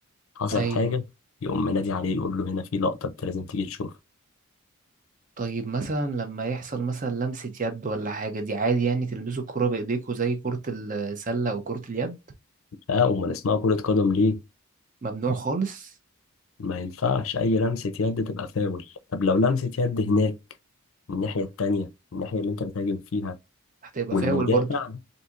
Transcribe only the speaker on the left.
حصل
حاجة يقوم منادي عليه يقول له هنا في لقطة أنت لازم تيجي تشوفها
اه أمال اسمها كرة قدم ليه؟
ما ينفعش أي لمسة يد تبقى فاول طب لو لمسة يد هناك الناحية التانية الناحية اللي أنت بتهاجم فيها
والمدافع